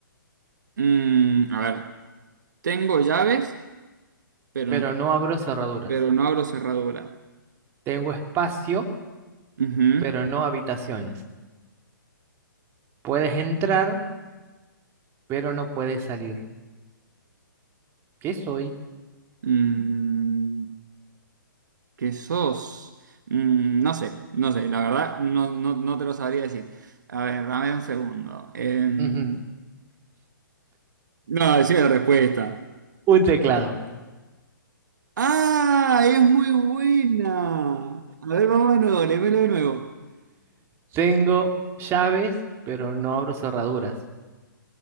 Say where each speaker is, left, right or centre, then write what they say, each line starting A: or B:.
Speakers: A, on the right; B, on the right.
A: Mm, a ver, tengo llaves, pero,
B: Pero no abro cerraduras.
A: pero no abro cerradura.
B: Tengo espacio,
A: Ujú.
B: pero no habitaciones. Puedes entrar, pero no puedes salir. ¿Qué soy?
A: Mm, ¿qué sos? Mm, no sé, no sé, la verdad, no, no, no te lo sabría decir. A ver, dame un segundo. Em,
B: Ujú.
A: no, decime la respuesta.
B: Un teclado.
A: ¡Ah! Es muy buena. A ver, vamos de nuevo, léemelo de nuevo.
B: Tengo llaves, pero no abro cerraduras.